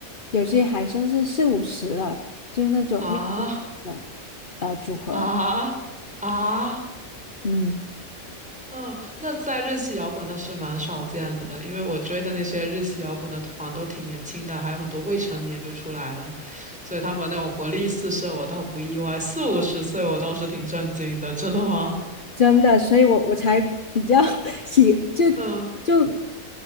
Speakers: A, on the left; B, in the centre.
A: 有些还算是四五十了，就那种乐队里的
B: 啊
A: 呃组合，
B: 啊！啊
A: 嗯，
B: 嗯，那在日系摇滚倒是蛮少见的，因为我追的那些日系摇滚的团都挺年轻的，还有很多未成年就出来了，所以他们那种活力四射，我倒不意外。四五十岁，我倒是挺震惊的。真的吗？<laughs>
A: 真的，所以我我才比较 <laughs> 喜就
B: 嗯
A: 就。